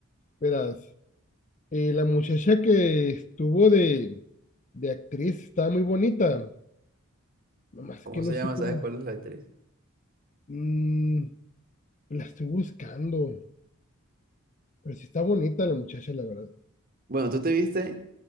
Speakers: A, on the left; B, on the right.
A: verás. Eh, la muchacha que estuvo de, de actriz estaba muy bonita, nomás
B: ¿Cómo
A: que no
B: se
A: sé
B: llama?
A: cómo.
B: ¿Sabes cuál es la actriz?
A: mm, la estoy buscando, pero sí está bonita la muchacha, la verdad.
B: Bueno, ¿tú te viste